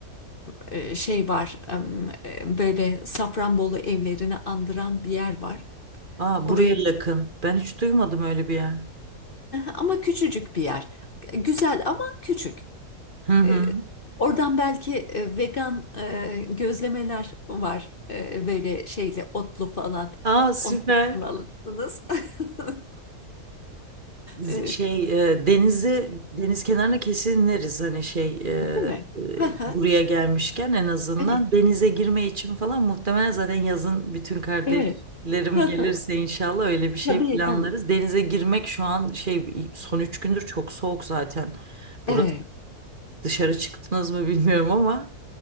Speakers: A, on the left; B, on the right.
A: e, şey var. e, e, Böyle Safranbolu evlerini andıran bir yer var.
B: Aa
A: Oraya
B: buraya
A: <laughs>
B: yakın. Ben hiç duymadım öyle bir yer.
A: ama küçücük bir yer. Güzel ama küçük.
B: Hı hı.
A: E, oradan belki e, vegan e, gözlemeler var. E, böyle şeyle otlu falan.
B: Aa süper.
A: Onlardan alırsınız. <laughs>
B: Z-
A: E,
B: Şey e, denizi deniz kenarına kesin ineriz hani şey e,
A: değil mi?
B: e,
A: Hı hı.
B: buraya gelmişken en azından
A: Evet.
B: denize girme için falan muhtemelen zaten yazın bütün kardeşlerim
A: Evet. Hı hı.
B: gelirse inşallah öyle bir şey
A: Tabii
B: planlarız.
A: tabii.
B: Denize girmek şu an şey son üç gündür çok soğuk zaten. Burası
A: Evet.
B: dışarı çıktınız mı bilmiyorum ama.